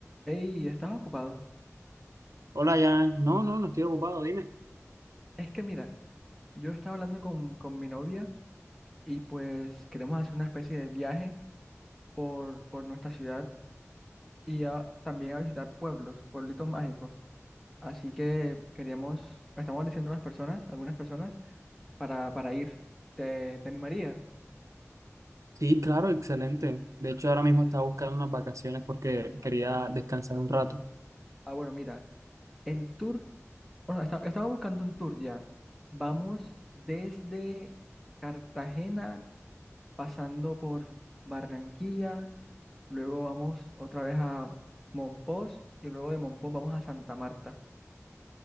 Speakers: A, in the centre; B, on the right.
A: Hey, ¿estás ocupado?
B: Hola, Jan. No, no, no estoy ocupado, dime.
A: Es que mira, yo estaba hablando con, con mi novia y pues queremos hacer una especie de viaje por, por nuestra ciudad y a- también a visitar pueblos, pueblitos mágicos. Así que queríamos, estamos diciendo a las personas, algunas personas, para, para ir. ¿Te, te animarías?
B: Sí, claro, excelente. De hecho, ahora mismo
A: Ah, bueno,
B: estaba buscando unas vacaciones porque quería descansar un rato.
A: Ah, bueno, mira, el tour, bueno, esta- estaba buscando un tour ya. Vamos desde Cartagena, pasando por Barranquilla. Luego vamos otra vez a Monpós y luego de Monpós vamos a Santa Marta.